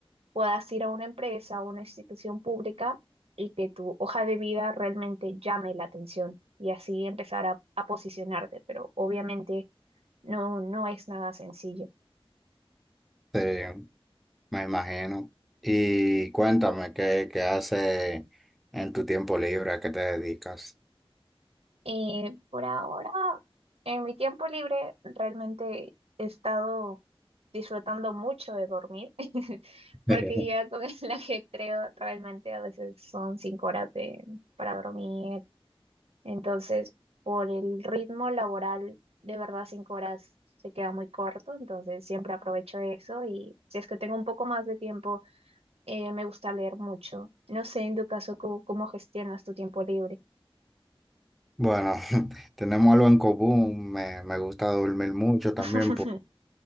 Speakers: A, on the right; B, in the centre.
A: puedas ir a una empresa, a una institución pública y que tu hoja de vida realmente llame la atención y así empezar a, a posicionarte, pero obviamente no, no es nada sencillo.
B: eh, me imagino. Y cuéntame, ¿qué, qué haces en tu tiempo libre? ¿A qué te dedicas?
A: Eh, por ahora, en mi tiempo libre, realmente he estado disfrutando mucho de dormir, <laughs> porque
B: <laughs>
A: ya con el <laughs> ajetreo realmente a veces son cinco horas de, para dormir Entonces, por el ritmo laboral, de verdad, cinco horas se queda muy corto, entonces siempre aprovecho eso y si es que tengo un poco más de tiempo, eh, me gusta leer mucho. No sé, en tu caso, ¿cómo, cómo gestionas tu tiempo libre?
B: Bueno, <laughs> tenemos algo en común. Me, me gusta dormir mucho también.
A: <laughs>